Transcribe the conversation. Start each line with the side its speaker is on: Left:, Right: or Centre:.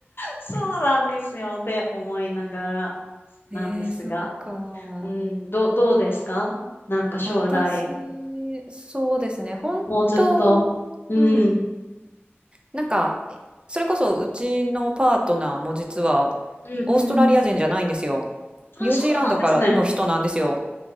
Left: そうなんですよって思いながらなんですが。
Right: ええ、そっか。
Left: うん、ど、どうですかなんか将来、
Right: 私、そうですね。本当、
Left: もうずっと。うん、
Right: うん。なんか、それこそうちのパートナーも実は、
Left: うん、
Right: オーストラリア人じゃないんですよ。
Left: うん。あ、
Right: ニュージーランドからの人なんですよ。
Left: そうなんですね。